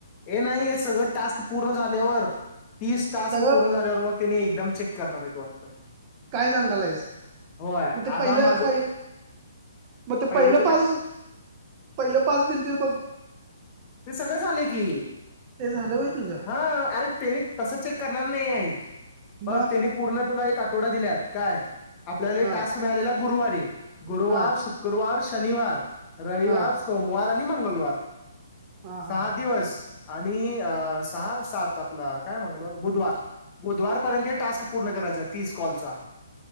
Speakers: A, on the left; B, on the right.
A: हे नाही हे सगळं टास्क पूर्ण झाल्यावर तीस टास्क
B: सगळं
A: पूर्ण झाल्यावर मग तेनी एकदम चेक करणार हाईत वाटतं
B: काय सांगालायच
A: होय
B: मग ते
A: आता
B: पहिलं
A: माझं
B: पहि मग ते
A: पहिलंच
B: पहिलं
A: काय
B: पाच पहिलं पाच दिलतीत बघ
A: ते सगळं झाले की
B: ते झालं व्हय तुझं
A: हा अरे तेनी तस चेक करणार <unintelligible> बघ
B: मग
A: त्यानी पूर्ण तुला एक आठ टोडा दिल्यात काय आपल्याला
B: हा
A: टास्क मिळालेला? गुरुवारी गुरुवार
B: हा हा
A: शुक्रवार श शनिवार रविवार,
B: हा
A: सोमवार नी मंगलवार
B: हा
A: सहा
B: हा
A: दिवस
B: हा
A: आणि अअ सहा सात आपला काय मंगलवार बुधवार बुधवार पर्यंत टास्क पूर्ण करायचाय तीस कॉलचा